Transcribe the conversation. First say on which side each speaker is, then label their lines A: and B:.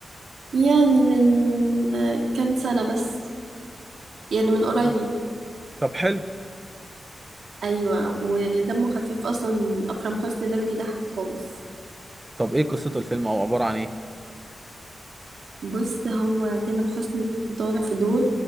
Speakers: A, on the right; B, on the right.
A: يعني من آه، كام سنة بس يعني من قريب
B: مم. طب حلو
A: أيوة ودمه خفيف أصلا أكرم حسني ده بيضحك خالص
B: طب ايه قصته الفيلم او عباره عن ايه
A: بص هو تامر حسني طالع في دور